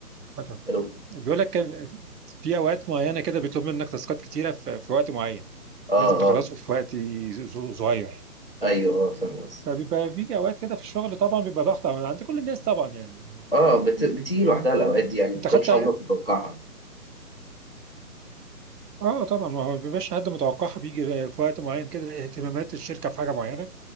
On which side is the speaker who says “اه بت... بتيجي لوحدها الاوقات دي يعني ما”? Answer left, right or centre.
Left